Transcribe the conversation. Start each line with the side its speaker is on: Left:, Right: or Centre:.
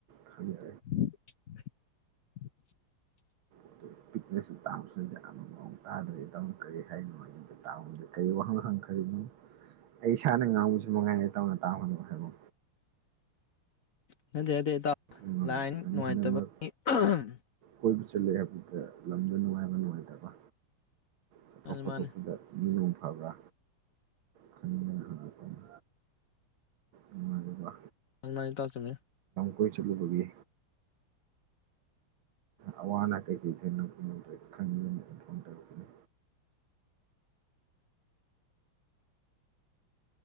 Right: ꯈꯜꯂꯤ
Left: <inaudible>
Right: ꯑꯗꯨ ꯄꯤꯛꯅꯁꯨ ꯇꯥꯕꯁꯤꯗ ꯌꯥꯝꯅ ꯃꯑꯣꯡ ꯇꯥꯗ꯭ꯔꯗꯤ ꯏꯇꯥꯎꯅ ꯀꯔꯤ ꯍꯥꯏꯔꯤꯅꯣ ꯍꯥꯏꯗ ꯇꯥꯕꯗ ꯀꯔꯤ ꯋꯥꯍꯪ ꯍꯪꯈꯔꯤꯅꯣ ꯑꯩ ꯏꯁꯥꯅ ꯉꯥꯡꯕꯁꯨ ꯃꯅꯨꯡꯉꯥꯏꯅ ꯇꯧꯅ ꯇꯥꯕꯅꯣ ꯍꯥꯏꯕ
Left: ꯅꯪꯒꯤ ꯑꯗꯦ ꯇ
Right: ꯉꯝꯗꯦ
Left: ꯂꯥꯏꯟ
Right: ꯅꯪ
Left: ꯅꯨꯡꯉꯥꯏꯇꯕꯒꯤ
Right: ꯍꯟꯗꯛ ꯃꯔꯛ
Left: ꯑꯍꯝ
Right: ꯀꯣꯏꯕ ꯆꯠꯂꯦ ꯑꯗꯨꯒ ꯂꯝꯗꯣ ꯅꯨꯡꯉꯥꯏꯕ ꯅꯨꯡꯉꯥꯏꯇꯕ ꯐꯊꯣꯛ
Left: ꯃꯥꯅꯤ
Right: ꯐꯊꯣꯛꯄꯗ
Left: ꯃꯥꯅꯤ
Right: ꯑꯐꯕ꯭ꯔꯥ ꯈꯪꯅꯤꯡꯗꯅ ꯍꯪꯉꯛꯄꯅꯤ ꯅꯨꯡꯉꯥꯏꯖꯕ
Left: ꯃꯥꯏ-ꯇ-ꯇꯥꯛꯆꯅꯤ
Right: ꯀꯣꯏ ꯆꯠꯂꯨꯕꯒꯤ ꯑꯋꯥ ꯑꯅꯥ ꯀꯩꯀꯩ ꯊꯦꯡꯅꯔꯛꯄꯅꯣꯗꯨ ꯈꯪꯅꯤꯡꯗꯅ ꯇꯧꯔꯛꯄꯅꯤ